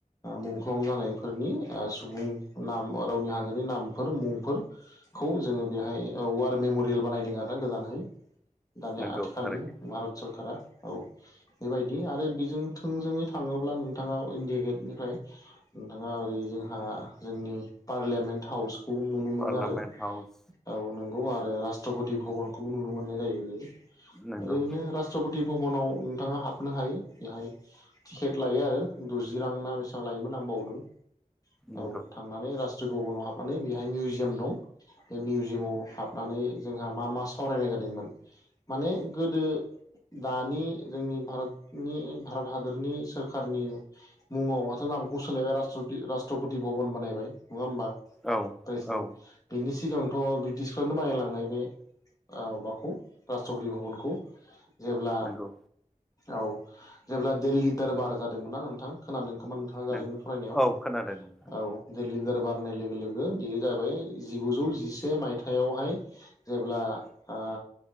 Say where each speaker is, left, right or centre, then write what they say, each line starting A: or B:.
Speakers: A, on the left; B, in the centre.
A: मुंख्लं जानायफोरनि सुबुं नाम रौनिया हान्जानि नामफोर फोर खौ जोङो बेवहाय वार मेमरियेल बानायदों आरोना गोदानहै। दानिया
B: नंगौ
A: आथिखालनि
B: थारैनो
A: सरखारा औ बेबायदि आरो बेजों थोंजोङै थाङोब्ला नोंथाङा इण्डिया गेटनिफ्राय नोंथाङा ओरै जोंहा जोंनि पार्लियामेन्ट हाउस खौ नुनो मोनो
B: पार्लामेन्ट
A: आरो
B: हाउस
A: औ नों गौ आरो रास्ट्रपति भबनखौबो नुनो मोननाय जायो।
B: नंगौ
A: ओरैनो रास्ट्रपति भबनाव नोंथाङा हाबनो हायो बेहाय टिकेट लायो आरो द'जि रां ना बेसे बेसां लायोमोन आं बावदों।
B: नंगौ
A: औ थांनानै रास्ट्र भबनाव हाबनानै बेहाय मिउजियाम दं बे मिउजियामाव हाबनानै जोंहा मा मा सावरायनाय जादोंमोन माने गोदो दानि जोंनि भारतनि भारतनि हादरनि सोरखारनि मुङावहाथ' नामखौ सोलायबाय राष्ट्रपति भबन बानायबाय नङा होमबा? प्रेसिडेन्ट
B: औ औ
A: बिनि सिगांथ' ब्रिटिसफ्रानो बनायलांनाय बे माबाखौ राष्ट्रपति भबनखौ जेब्ला
B: नंगौ
A: औ जेब्ला दिल्ली दरबार जादोंमोनना नोंथां खोनादों खोमा नोंथाङा जारिमिन
B: नों
A: फरायनायाव
B: औ खोनादों नोंथां
A: औ जे लिदार बारनाय लोगो लोगो बेयो जाबाय जिगुजौ जिसे मायथाइयावहाय जेब्ला ओ